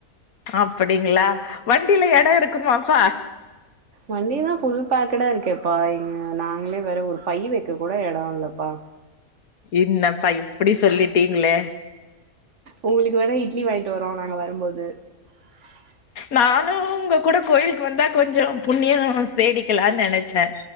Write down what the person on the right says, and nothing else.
வண்டிதா ஃபுல் பேக்குடா இருக்கேப்பா இங்க நாங்களே வேற ஒரு பை வெக்ககூட எடோ இல்லப்பா
உங்குளுக்கு வேணா இட்லி வாங்கிட்டு வரோ நாங்க வரம்போது உ